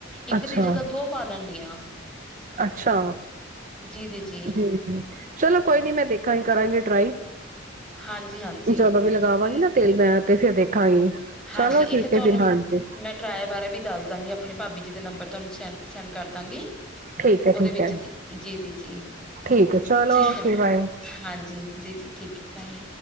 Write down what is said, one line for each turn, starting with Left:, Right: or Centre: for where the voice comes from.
Centre: ਇੱਕ
Right: ਅੱਛਾ।
Centre: ਦੀ ਜਗਾ ਦੋ ਪਾ ਲੈਂਨੀ ਆ।
Right: ਅੱਛਾ।
Centre: ਜੀ-ਜੀ-ਜੀ,
Right: ਹੂ ਚਲੋ ਕੋਈ ਨੀ ਮੈਂ ਦੇਖਾਂਗੀ। ਕਰਾਂਗੇ ਟਰਾਈ।
Centre: ਹਾਂਜੀ-ਹਾਂਜੀ।
Right: ਜਦੋਂ
Centre: ਹਾਂਜੀ
Right: ਵੀ ਲਗਾਵਾਂਗੀ
Centre: ਹਾਂਜੀ।
Right: ਨਾ ਤੇਲ ਮੈਂ ਤੇ ਫੇਰ ਦੇਖਾਂਗੀ।
Centre: ਹਾਂਜੀ,
Right: ਚਲੋ ਠੀਕ
Centre: ਇੱਕ ਤੁਹਾਨੂੰ
Right: ਹੈ ਫਿਰ, ਹਾਂਜੀ।
Centre: ਮੈਂ ਟਰਾਏ ਬਾਰੇ ਵੀ ਦੱਸ ਦਾਂਗੀ। ਆਪਣੀ ਭਾਬੀ ਜੀ ਦੇ ਨੰਬਰ ਤੁਹਾਨੂੰ ਸੈਨ- ਸੈਂਨ ਕਰਦਾਂ ਗੀ।
Right: ਠੀਕ ਹੈ
Centre: ਉਦੇ
Right: ਠੀਕ
Centre: ਵਿੱਚ
Right: ਹੈ।
Centre: ਜ ਜੀ- ਜੀ- ਜੀ
Right: ਠੀਕ ਹੈ ਚਲੋ
Centre: ਠੀਕ
Right: ਓਕੇ
Centre: ਹੈ ਮੈਮ
Right: ਬਾਏ।
Centre: ਹਾਂਜੀ। ਜੀ -ਜੀ ਠੀਕ ਹੈ ਬਾਏ।